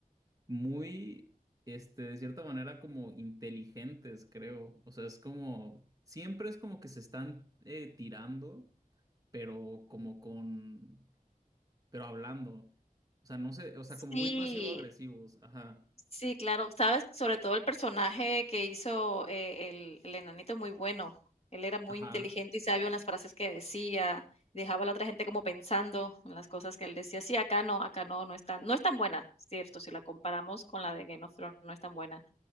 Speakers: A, on the right; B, on the left.
A: muy, este, de cierta manera como inteligentes, creo. O sea, es como, siempre es como que se están eh, tirando, pero como con, pero hablando. O sea, no sé, o sea,
B: Sí,
A: como muy pasivo-agresivos. Ajá,
B: sí, claro, sabes, sobre todo el personaje que hizo, eh, el el enanito muy bueno. Él era muy
A: ajá.
B: inteligente y sabio en las frases que decía, dejaba a la otra gente como pensando en las cosas que él decía. Sí, acá no, acá no, no es tan, no es tan buena, cierto, si la comparamos con la de Game of Thrones, no es tan buena,